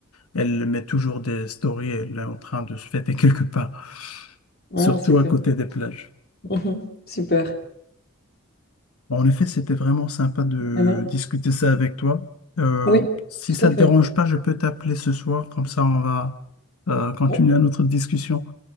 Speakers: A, on the left; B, on the left.
A: elle met toujours des stories, elle est en train de se fêter <laughs> quelque part
B: Ah,
A: surtout
B: super.
A: à côté des plages.
B: Mhm. Super.
A: Bon, En effet, c'était vraiment sympa de
B: Emma?
A: discuter ça avec toi. Euh,
B: Oui,
A: si
B: tout
A: ça
B: à
A: te
B: fait.
A: dérange pas, je peux t'appeler ce soir, comme ça on va euh, continuer
B: Bon,
A: notre discussion.